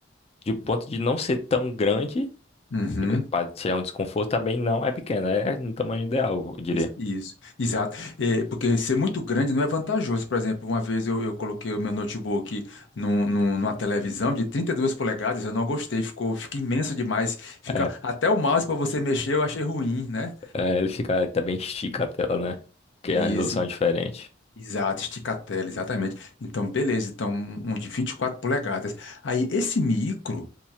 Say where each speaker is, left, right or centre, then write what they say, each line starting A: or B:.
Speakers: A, on the left (about 30°); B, on the left (about 70°).
A: de ponto de não ser tão grande,
B: Uhum.
A: para tirar um desconforto, também não é pequeno, é no tamanho ideal, eu
B: Isso,
A: diria.
B: isso, exato. É, porque ser muito grande não é vantajoso. Por exemplo, uma vez eu, eu coloquei o meu notebook num, num- numa televisão de 32 polegadas, eu não gostei, ficou, fica imenso demais. Fica
A: É,
B: até o mouse para você mexer, eu achei ruim, né?
A: é, ele fica também estica a tela, né? Porque
B: E
A: a resolução
B: esse,
A: é diferente.
B: exato, estica a tela, exatamente. Então, beleza, então um um de 24 polegadas. Aí esse micro,